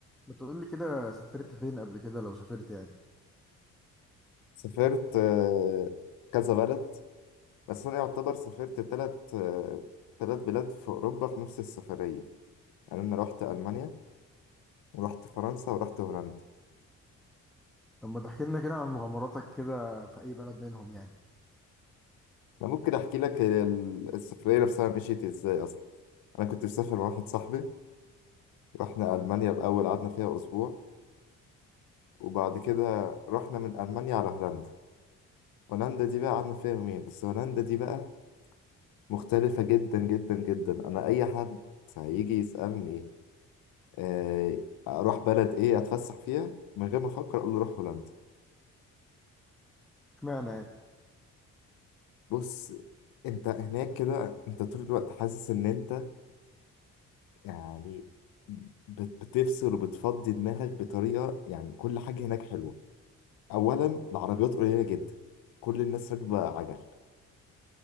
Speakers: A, in the centre; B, on the left (about 80°).
A: بتقول لي كده سافرت فين قبل كده لو سافرت يعني
B: سافرت آه، كذا بلد بس أنا يعتبر سافرت تلت آه، تلت بلاد في أوروبا في نفس السفرية يعني أنا رحت ألمانيا ورحت فرنسا ورحت هولندا
A: طب ما تحكي لنا كده عن مغامراتك كده في اي بلد منهم يعني
B: أنا ممكن أحكي لك هي ال- السفرية نفسها مشيت إزاي أصلا أنا كنت مسافر مع واحد صاحبي رحنا ألمانيا الأول قعدنا فيها أسبوع وبعد كده رحنا من ألمانيا على هولندا هولندا دي بقى قعدنا فيها يومين بس هولندا دي بقى مختلفة جدا جدا جدا أنا أي حد هيجي يسألني آه، اروح بلد ايه اتفسح فيها من غير ما افكر اقول له روح هولندا
A: اشمعنى يعني
B: بص انت هناك كده انت طول الوقت حاسس ان انت يعني بت- بتفصل وبتفضي دماغك بطريقه يعني كل حاجه هناك حلوه اولا العربيات قليله جدا كل الناس راكبه عجل